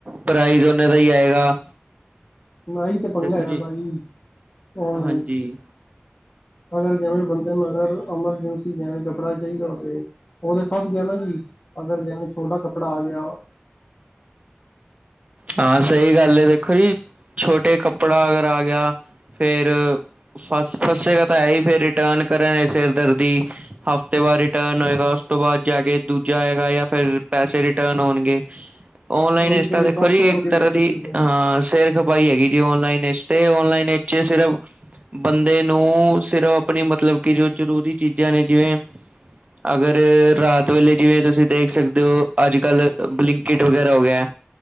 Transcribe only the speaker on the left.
ਮਹੀ ਤੇ ਪੰਗਾ
ਹੈ
ਭਾਜੀ, ਓਨਲਾਈਨ,
ਅਗਰ ਜਿਵੇਂ ਬੰ ਮਗਰ ਐਮਰਜੈਂਸੀ ਜੇਵੇ ਕਪੜਾ ਚਾਹੀਦਾ ਹੋਵੇ। ਉਹਤੇ ਫੱਸ ਗਿਆ ਨਾ ਜੀ, ਅਗਰ ਜਿਵੇਂ ਛੋਟਾ ਕੱਪੜਾ ਆ ਗਿਆ।
<inaudible>
ਉਹੀ
ਤੇ
ਦਸ
ਪੰਦਰਾਂ
ਦਿਨ
ਦਾ
ਪ੍ਰੋਸੀਜਰ
ਹੈ